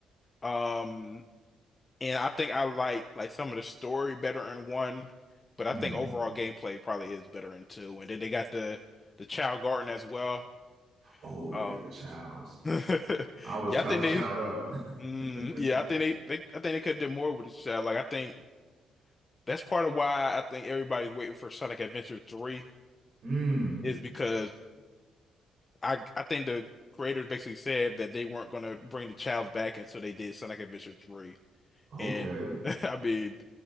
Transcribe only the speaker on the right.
mm-hmm.
Oh yeah,
the Childs.
I was
I
was
chowed up. <laughs>
mm,
okay.